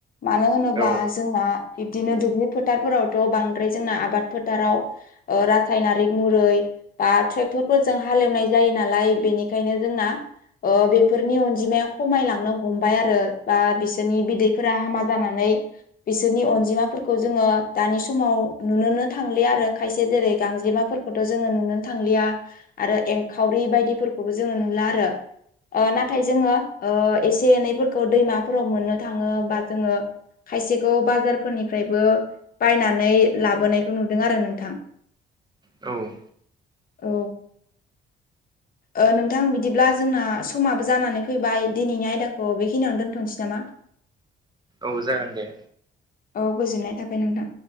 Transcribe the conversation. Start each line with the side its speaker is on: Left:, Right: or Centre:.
Left: मानो होनोब्ला
Right: औ
Left: जोंना बिबदिनो दुब्लि फोथारफोरावथ' बांद्राय जोंना आबाद फोथाराव रासायनारिक मुरै बा ट्रेक्टरफोरजों हालेवनाय जायो नालाय बेनिखायनो जोंना बेफोरनि अनजिमाया खमायलांनो हमबाय आरो बा बिसोरनि बिदैफोरा हामा जानानै बिसोरनि अनजिमाफोरखौ जोङो दानि समाव नुनोनो थांलि आरो खायसे जेरै गांज्लेमाफोरखौ खौथ' जोङो नुनो थांलिया आरो एंखावरि बायदिफोरखौबो जोङो नुला आरो नाथाय जोङो एसे एनैफोरखौ दैमाफोराव मोननो थाङो बा जोङो खायसेखौ बाजारफोरनिफ्रायबो बायनानै लाबोनायखौ नुदों आरो नोंथां। <unintelligible>
Right: औ
Left: औ ओ नोंथां बिदिब्ला जोंना समाबो जानानै फैबाय दिनैनि आयदाखौ बेखिनियावनो दोनथ'नोसै नामा? <inaudible>
Right: औ जागोन दे।
Left: औ गोजोननाय थाबाय नोंथां।